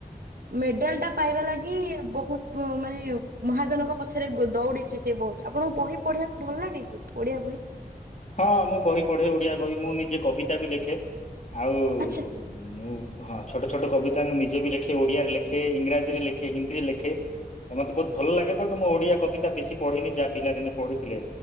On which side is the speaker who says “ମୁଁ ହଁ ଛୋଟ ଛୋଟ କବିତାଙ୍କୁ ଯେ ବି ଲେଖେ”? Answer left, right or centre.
Left